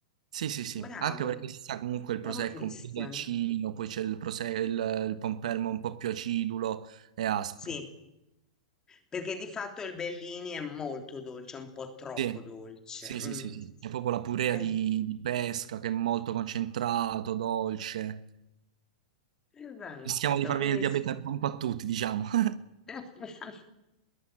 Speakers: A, on the right; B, on the left.
A: Sì, sì, sì,
B: Bravo,
A: anche perché si sa comunque il
B: bravo
A: prosecco
B: Christian.
A: un po' dolcino, poi c'è il, prose- il, il pompelmo un po' più acidulo e aspro.
B: Sì, perché di fatto il Bellini è molto dolce, un po' troppo
A: Sì,
B: dolce.
A: sì,
B: mm.
A: sì, sì, sì. C'è proprio la purea
B: Eh,
A: di, di pesca che è molto concentrato, dolce.
B: esatto,
A: Rischiamo di far
B: quindi
A: venire il diabete un po' a tutti, diciamo. <laughs>
B: <laughs>